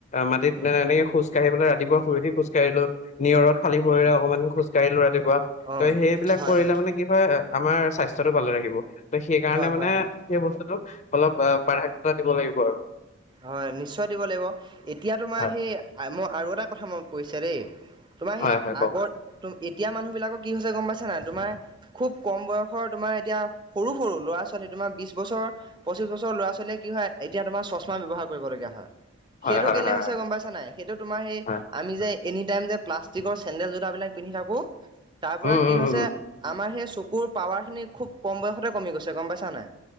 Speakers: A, on the left; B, on the right.
A: মাটিত
B: উম,
A: এনেকে খোজ খোজকাঢ়ি ৰাতিপুৱা শুই উঠি খোজঢ়িলো নিয়ৰত খালি ভৰিৰে
B: হয়,
A: অকমান খোজ ৰাতিপুৱা
B: অ',
A: ত' সেইবিলাক
B: হয়,
A: কৰিলে
B: হয়,
A: মানে কি হয় আমাৰ স্বাস্থ্যতটো ভালে ৰাখিব ত সেইকাৰণে
B: হয়,
A: মানে
B: হয়, হয়।
A: সেই বস্তুতটো অলপ অ', প্ৰাধান্যতা দিব লাগিব আৰু।
B: হয় নিশ্চয় দিব লাগিব, এতিয়া তোমাৰ
A: হয়
B: সেই মই আৰু এটা কথা মনত পৰিছে দেই। তোমাৰ
A: হয়,
B: সেই
A: হয়, কওক।
B: আগৰ এতিয়া মানুহ বিলাকৰ কি হৈছে গ'ম পাইছে না তোমাৰ খুব কম বয়সৰ তোমাৰ এতিয়া সৰু, সৰু ল'ৰা ছোৱালী তোমাৰ বিশ বছৰ পঁচিশ বছৰৰ ল'ৰা ছোৱালীয়ে কি হয় এতিয়া তোমাৰ চশমা ব্যৱহাৰ কৰিবলগীয়া হয়
A: হয়,
B: সেইটো
A: হয়,
B: কেলে
A: হয়,
B: হৈছে
A: হয়,
B: গ'ম পাই নাই সেইটো তোমাৰ সেই
A: হয়।
B: আমি যে এনি টাইম যে প্লাষ্টিকৰ চেন্দেল জোতাবিলাক পিন্ধি থাকো তাৰ
A: উম,
B: পৰা কি
A: উম,
B: হৈছে
A: উম, উম,
B: আমাৰ সেই চকুৰ পাৱাৰ খিনি খুব কম বয়সতে কমি গৈছে গ'ম পাইছা নাই।